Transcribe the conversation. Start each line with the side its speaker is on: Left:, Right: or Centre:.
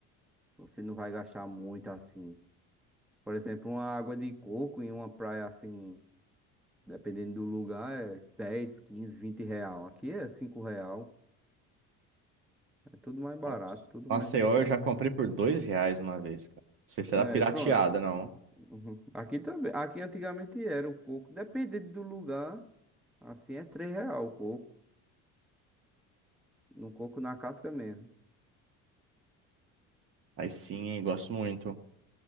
Centre: você não vai gastar muito assim. Por exemplo, uma água de coco em uma praia assim, dependendo do lugar, é 10, 15, 20 real. Aqui é 5 real. É tudo mais barato,
Right: Nossa.
Centre: tudo
Right: Maceió
Centre: mais em conta.
Right: eu já comprei por dois reais uma vez, cara. Não sei se era
Centre: É,
Right: pirateada,
Centre: pronto. <laughs>
Right: não.
Centre: Uhum. Aqui também. Aqui antigamente era o coco, dependendo do lugar. Assim é 3 real o coco. no coco na casca mesmo.
Right: Aí sim, hein, gosto muito.